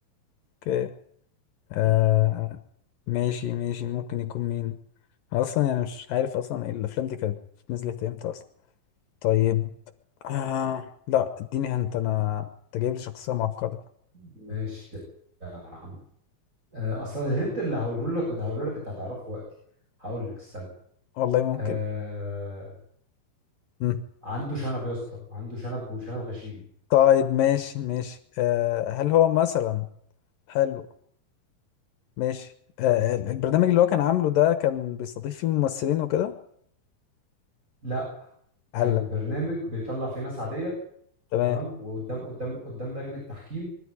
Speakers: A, on the left; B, on the right.
A: اوكي آه ماشي ماشي ممكن يكون مين اصلا يعني مش عارف اصلا ايه الافلام دي كانت نزلت امتى اصلا طيب آه لا اديني انت انا انت جايب لي شخصيه معقده
B: ماشي يا عم آه، أصلا الهنت اللي هقوله لك كنت هقوله لك أنت هتعرفه وقتي هقول لك استنى
A: والله ممكن
B: آه،
A: مم.
B: عنده شنب يا اسطى عنده شنب وشنب غشيم
A: طيب ماشي ماشي آه هل هو مثلا حلو ماشي آه ال- البرنامج اللي هو كان عامله ده كان بيستضيف فيه ممثلين وكده
B: لا
A: هلا
B: كان برنامج بيطلع فيه ناس عادية
A: تمام
B: تمام وقدام قدام قدام لجنة تحكيم